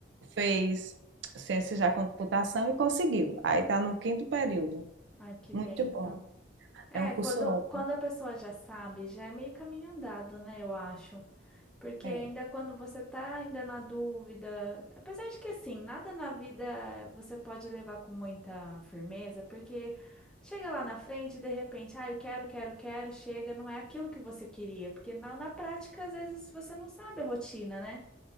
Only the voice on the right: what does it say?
fez ciência já com computação e conseguiu. Aí está no quinto período.
Muito
bom.
É um curso
ótimo.
É,